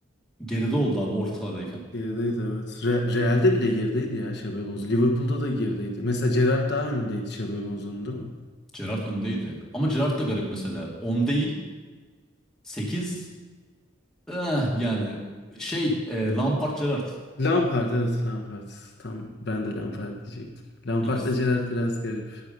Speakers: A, in the centre; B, on the left.
A: geride oldu abi orta sahadayken.
B: Gerideydi evet. Re- Real'de bile gerideydi ya Xabi Alonso. Liverpool'da da gerideydi. Mesela Gerrard daha önündeydi Xabi Alonso'nun değil mi?
A: Gerrard öndeydi. Ama Gerrard da garip mesela. 10 değil 8 eh, yani şey e, Lampard Gerrard.
B: Lampard evet Lampard. Tam ben de Lampard diyecektim. Lampard'la
A: İkisi,
B: Gerrard biraz garip.